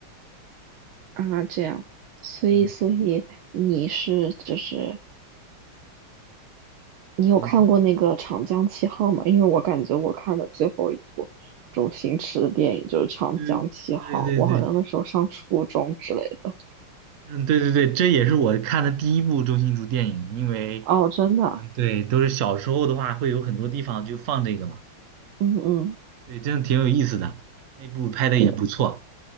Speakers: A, on the right; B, on the right.
A: 啊，这样，所以所以你是就是
B: 嗯
A: 你有看过那个《长江七号》吗？
B: 嗯，
A: 因为我感觉我看的最后一部周星驰的电影就是《长江七号》，
B: 对对对对。
A: 我好像那时候上初中之类的。
B: 嗯，对对对，这也是我看的第一部周星驰电影，因为，
A: 哦，真的啊
B: 嗯，对，都是小时候的话，会有很多地方就放这个嘛，
A: 嗯嗯。
B: 对，真的挺有意思的，那部拍的也不错。
A: 对。